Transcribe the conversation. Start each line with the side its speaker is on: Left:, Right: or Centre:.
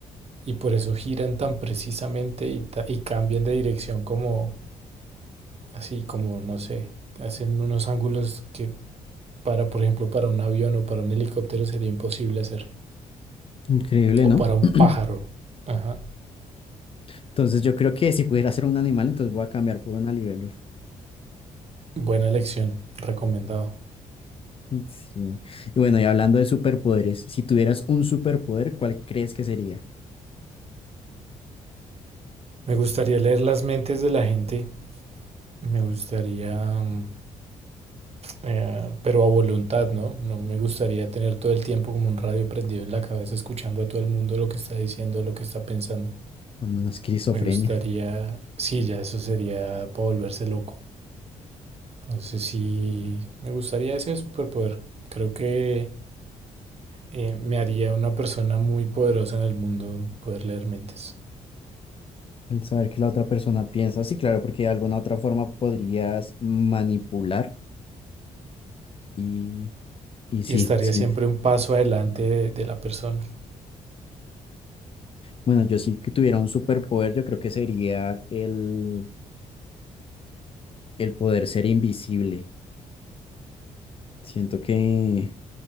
Right: Y por eso giran tan precisamente y, ta- y cambian de dirección como así como, no sé, hacen unos ángulos que para, por ejemplo, para un avión o para un helicóptero sería imposible hacer.
Left: increíble, ¿no?
Right: O para un
Left: <clears throat>
Right: pájaro. Ajá.
Left: Entonces yo creo que si pudiera ser un animal, entonces voy a cambiar por una libélula.
Right: Buena elección, recomendado.
Left: Sí. Y bueno, y hablando de superpoderes, si tuvieras un superpoder, ¿cuál crees que sería?
Right: Me gustaría leer las mentes de la gente. Me gustaría, mm, eh, pero a voluntad, ¿no? No me gustaría tener todo el tiempo como un radio prendido en la cabeza, escuchando a todo el mundo lo que está diciendo, lo que está pensando.
Left: Cuando no es esquizofrenia.
Right: Me gustaría, sí, ya eso sería para volverse loco. Entonces sí, me gustaría ese superpoder. Creo que eh, me haría una persona muy poderosa en el mundo poder leer mentes.
Left: El saber que la otra persona piensa, sí, claro, porque de alguna otra forma podrías manipular y, y sí,
Right: Y estaría
Left: sí.
Right: siempre un paso adelante de, de la persona.
Left: Bueno, yo sí que tuviera un superpoder, yo creo que sería el, el poder ser invisible. Siento que,